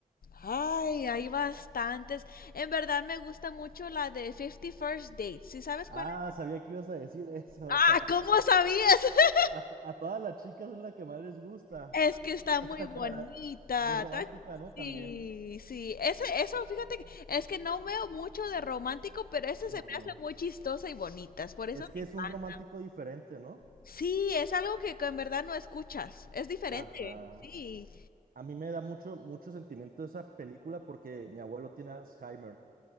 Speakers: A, on the left; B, on the right.
A: Ay, hay bastantes. En verdad me gusta mucho la de Fifty First Dates. ¿Sí sabes
B: Ah,
A: cuál es?
B: sabía que ibas a decir eso.
A: Ah, ¿cómo
B: <laughs>
A: sabías? <laughs>
B: A, a todas las chicas es la que más les gusta.
A: Es que está
B: <laughs>
A: muy bonita.
B: Muy romántica,
A: está-
B: ¿no? También.
A: Sí, sí. Ese, eso, fíjate, que- es que no veo mucho de romántico, pero esa se
B: No.
A: me hace muy chistosa y bonita. Por eso
B: Es que
A: me encanta.
B: es un romántico diferente, ¿no?
A: Sí, es algo que, que en verdad no escuchas. Es diferente.
B: Ajá.
A: Sí.
B: A mí me da mucho, mucho sentimiento esa película porque mi abuelo tiene Alzheimer.